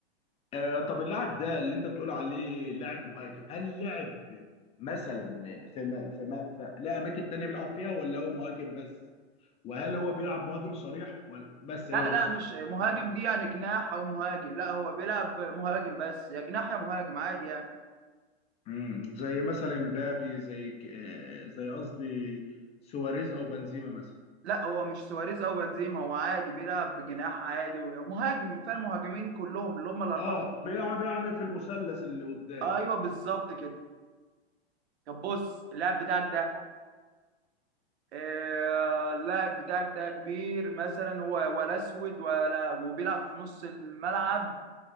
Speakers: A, on the left (about 20°); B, on the right (about 80°).
A: آه طب اللاعب ده اللي انت بتقول عليه لاعب مهاجم هل لعب مثلا في ما في ما في لا اماكن تانية بيلعب فيها ولا هو مهاجم بس وهل هو بيلعب مهاجم صريح ولا بس هو
B: لا
A: ده
B: لا
A: السؤال
B: مش مهاجم
A: هو بيلعب
B: دي يعني جناح او مهاجم لا هو بيلعب مهاجم بس يا جناح يا مهاجم عادي يعني
A: امم زي مثلا مبابي زي ك... آه زي قصدي سواريز او بنزيما مثلا
B: لا هو مش سواريز او بنزيما هو عادي بيلعب بجناح عادي ومهاجم الفئة المهاجمين كلهم اللي هم الاربعه
A: اه بيلعب
B: المهاجمين
A: يعني في المثلث اللي قدام
B: ايوه بالظبط كده طب بص اللاعب بتاعك ده آه، اللاعب بتاعك ده كبير مثلا هو ولا اسود ولا وبيلعب في نص الملعب